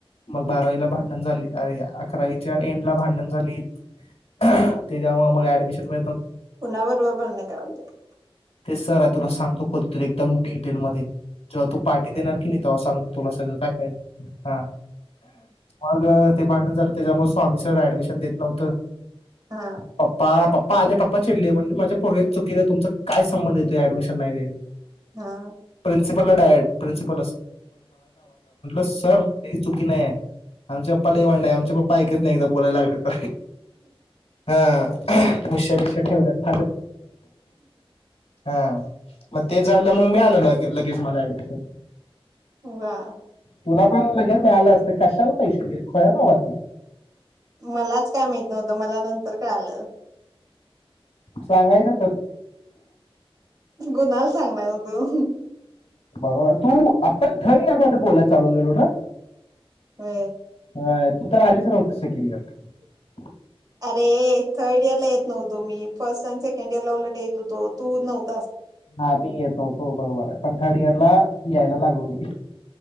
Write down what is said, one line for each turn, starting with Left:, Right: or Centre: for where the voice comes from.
Left: मगं, बारावीला भांडण झाली अरे अकरावीच्या एंड ला भांडण झाली त्याच्यामुळे मग ऍडमिशन मिळ
Right: कुणा बरोबर भांडण करातास
Left: ते सर आहे तुला सांगतो कधी तर एकदम डिटेल मध्ये जेव्हा तू पार्टी देणार की नाही तेव्हा सांग तुला सगळं काय काय हा मगं- भांडण झालं त्याच्यामुळे स्वामी सर डमिशनेत नव्हतं
Right: हा
Left: पप्पा पप्पा आले पप्पा चिडले म्हटले माझ्या पोरग्याची चुकीला तुमचा काय संबंध यो डमिशन नाही द्यायं
Right: हा.
Left: <inaudible> म्हटल सर तेजी चुकी नाही आहे- आमचे प्पपा लय वाड हाय आमचे पप्पा ऐकत नाही एकदा बोलाय लागत हा. मुश्या बिश ठेवल्यात हा. मग ते झालं मग मी आलंे लगेच मला ऍडमिशन
Right: वा
Left: तुला पण लगेच मिळालं असतं कशाला पैसे दिले खय बाबा तू
Right: मलाच काय माहित नव्हतं मला नंतर काय आलं.
Left: सांगायचं तर
Right: गुणाल सांगणार तू
Left: बरोबर तू प थर्ड इयर मध्ये बोलाय चालू गेलो ना
Right: हो
Left: अं, तू तर आलीच नव्हती सेकंड इयर ला
Right: अरे थर्ड इयर ला येत नव्हतो मी फर्स्ट आणि सेकंड इयरला उलट येत होतो तू नव्हतो.
Left: हा मी येत नव्हतो बरोबर आहे पण थर्ड इयर ला यायला लागल मी